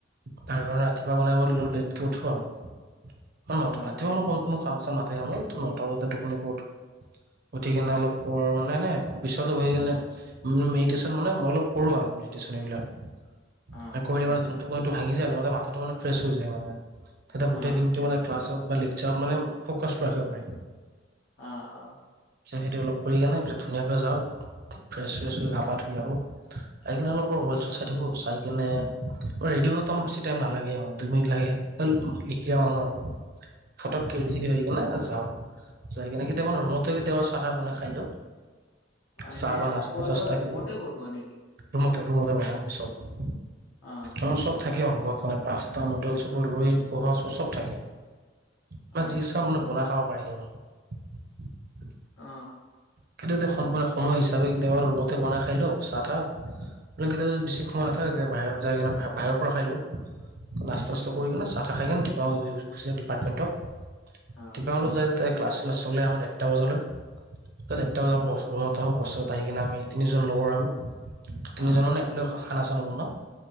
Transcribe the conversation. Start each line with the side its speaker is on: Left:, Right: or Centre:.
Right: তাৰ কাৰণে, ৰাতিপুৱা মানে মই অলপ লেটকে উঠো আৰু, নওটা
Left: অ
Right: ৰাতিপুৱা মানে কোন কোনো কাম-চাম নাথাকে মোৰ, ট' নওটা বজাতে টোপনিৰ পৰা উঠো, উঠি‌কিনে
Left: অ
Right: অলপ পোহৰ মানে এনেই, বিচনাতে বহি কিনে উম, মেডিটেশ্যন মানে মই অলপ কৰো আৰু, মেডিটেশ্যন এইবিলাক।
Left: অ
Right: কৰিলে মানে টোপনিটো ভাঙি যায়, লগতে মাথাটো মানে ফ্ৰেছ হৈ যায়, মানে তেতিয়া গোটেই
Left: অ
Right: দিনটো মানে ক্লাছত বা লেকচাৰত মানে ফকাচটো ৰাখিব পাৰি।
Left: অ', অ'।
Right: সেইটোয়ে মানে অলপ কৰি কিনে, পিছত ধুনীয়াকে যাওঁ, ফ্ৰেছ, -ছ্ৰেছ হৈ গা-পা ধুই আহোঁ। আহি কিনে, অলপ মোবাইল-চোবাইল চাই থাকো, চাই কিনে ৰেডি হওঁতে, আমাৰ বেছি টাইম নালাগে‌ মানে, দুই মিনিট লাগে, এ লিকিৰা মানুহ আৰু। ফতকে, ৰেডী-চেডী হৈ কিনে যাওঁ। যাই কিনে, কেতিয়াবা মানে ৰুমতে কেতিয়াবা, চাহ‌-টাহ বনাই খাই লওঁ।
Left: অ', এনে
Right: চাহ বা নাস্তা
Left: খোৱা-লোৱা
Right: চাস্তা কিবা
Left: ৰুমতে বনোৱা নেকি?
Right: ৰুমতে, ৰুমতে বনাও নিশ্চয়।
Left: অ
Right: আমাৰ চব থাকে ৰুমত মানে পাস্তা নুডেল চোডেল লৈ পহোৱা চাহোৱা চব থাকে। মানে
Left: অ
Right: যি ইচ্ছা মানে বনাই খাব পাৰি আৰু।
Left: অ
Right: কিন্তু এতিয়া সময় সময় হিচাপে কেতিয়াবা ৰুমতে বনাই খাই লও চাহ তাহ কিন্তু কেতিয়াবা যদি বেছি সময় নাথাকে তেতিয়া বাহিৰত যাই কিনে বাহিৰৰ বাহিৰৰ পৰা খাই লও নাষ্টা‌ চাষ্টা কৰি কিনে চা তা খাই যাও ডিপাৰ গুচি যাও ডিপাৰ্টমেণ্টত
Left: অ
Right: ডিপাৰ্টমেণ্টত যায় যাতে ক্লাছ চালাছ চলে আমাৰ দেৰটা বজালৈ ত ডেৰটা বজাত মই অ ৰুমত আহো ঘৰ চৰত আহি কিনে আমি তিনিজন লগৰ আমি তিনিজন
Left: অ
Right: মানে একেলগে খ খানা চানা বনাও।।